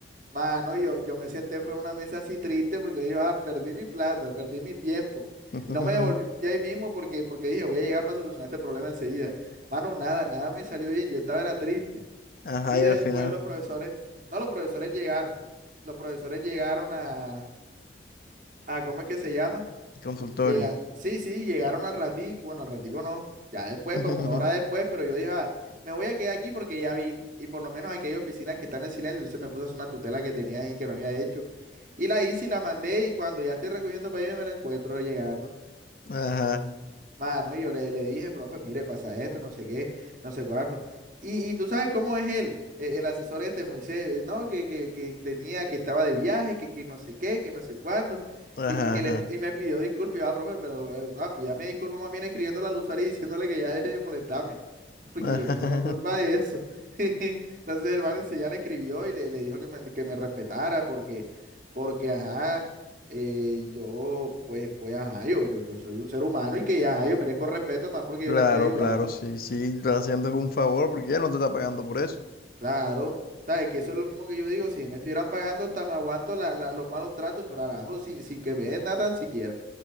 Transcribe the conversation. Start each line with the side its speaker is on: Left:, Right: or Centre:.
Right: Mano, yo, yo me senté fuera de una mesa así triste porque yo dije, ah, perdí mi plata, perdí mi tiempo.
Left: <laughs>
Right: Y no me devolví ahí mismo porque, porque dije, voy a llegar para solucionar este problema enseguida. Mano, nada, nada me salió bien, yo estaba era triste.
Left: Ajá,
Right: Y
Left: y al
Right: después
Left: final,
Right: los profesores, no, los profesores llegaron. Los profesores llegaron a, a ¿cómo es que se llama?
Left: consultorio.
Right: Llega, sí, sí, llegaron al ratico, bueno, al ratico no, ya después,
Left: <laughs>
Right: como una hora después, pero yo dije, "Ah, me voy a quedar aquí porque ya vine. Y por lo menos aquí hay oficinas que están en silencio, entonces me puse a hacer una tutela que tenía ahí que no había hecho. Y la hice y la mandé y cuando ya estoy recogiendo para irme me la encuentro llegando.
Left: Ajá,
Right: Mano, y yo le, le dije, profe, mire, pasa esto, no sé qué, no sé cuándo. Y, y tú sabes cómo es él, e- el asesor este, Moisés, ¿no? Que, que, que tenía, que estaba de viaje, que, que no sé qué, que no sé cuándo.
Left: ajá,
Right: Y, y que
Left: ajá.
Right: le, y me pidió disculpas, y yo, ah, profe, pero eh, ah, pídame disculpas más bien escribiéndole al usuario y diciéndole que ya deje de molestarme, <laughs> porque
Left: <laughs>
Right: yo
Left: ajá.
Right: no tengo culpa de eso. <laughs> Entonces el man ya le escribió y le, le dijo que me, que me respetara, porque, porque, ajá eh, yo, pues, pues, ajá, yo, yo, yo soy un ser humano y que ya, ajá, yo merezco respeto más porque
Left: Claro,
Right: yo la estoy ayudando.
Left: claro, sí, sí, está haciendo un favor porque ya no te está pagando por eso.
Right: Claro, sabes que eso es lo mismo que yo digo, si me estuvieran pagando hasta me aguanto la, la- los malos tratos, pero arajo, sin, sin que me den nada tan siquiera.